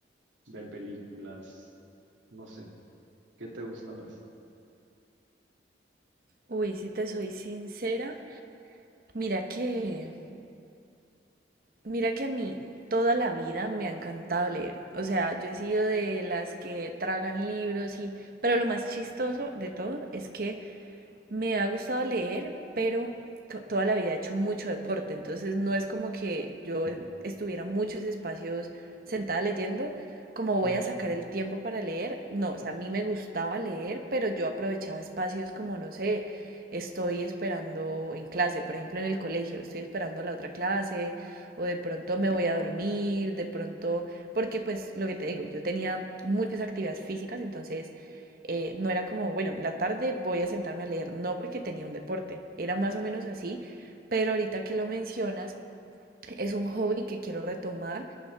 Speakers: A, on the right; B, on the right.
A: ver películas? No sé, ¿qué te gusta más?
B: Uy, si te soy sincera, mira que, mira que a mí toda la vida me ha encantado leer. O sea, yo he sido de las que tragan libros y, pero lo más chistoso de todo es que Me ha gustado leer, pero to- toda la vida he hecho mucho deporte, entonces no es como que yo estuviera muchos espacios sentada leyendo, como voy
A: Ujú.
B: a sacar el tiempo para leer, no, o sea, a mí me gustaba leer, pero yo aprovechaba espacios como, no sé, estoy esperando en clase, por ejemplo, en el colegio, estoy esperando la otra clase, o de pronto me voy a dormir, de pronto, porque pues lo que te digo, yo tenía muchas actividades físicas, entonces eh, no era como, bueno, en la tarde voy a sentarme a leer, no porque tenía un deporte, era más o menos así, pero ahorita que lo mencionas, es un hobby que quiero retomar